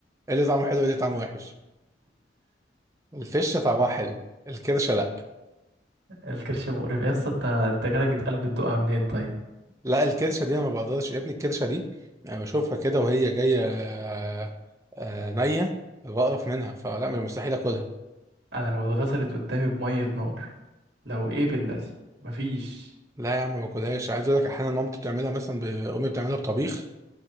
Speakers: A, on the right; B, on the right.
A: إيه اللي طعمه حلو إيه اللي طعمه وحش الفشه طعمها حلو الكرشه لا
B: الكرش مقرف يا اسطى انت انت جالك قلب تدوقها منين طيب
A: لا الكرشه دي انا ما بقدرش يا ابني الكرشه دي انا بشوفها كده وهي جايه آه، آه، نيه بقرف منها فلا من المستحيل اكلها
B: انا لو اتغسلت قدامي بميه نار لو ايه بالذي مفيش
A: لا يا عم ما باكلهاش عايز اقول لك احيانا مامتي بتعملها مثلا ب- امي بتعملها بطبيخ